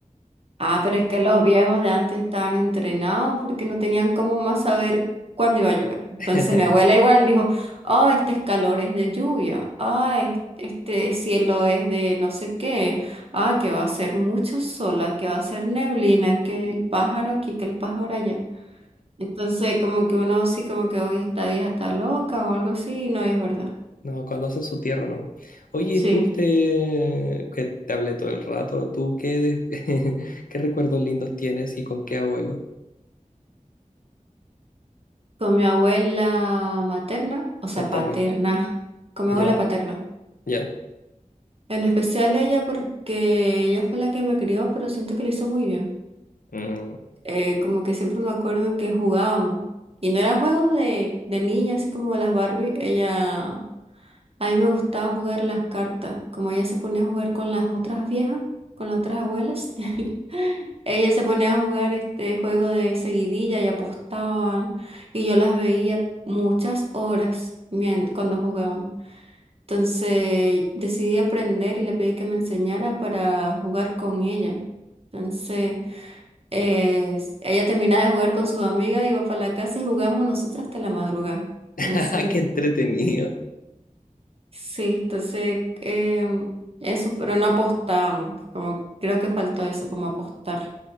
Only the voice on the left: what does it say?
<laughs>
No, conocen su tierra nomás. Oye,
¿y tú que te, que te hablé todo el rato? ¿Tú qué, de- <laughs> qué recuerdos lindos tienes y con qué abuelo?
Con
tu abuela.
Ya,
ya.
Mm.
<laughs>
Qué entretenido.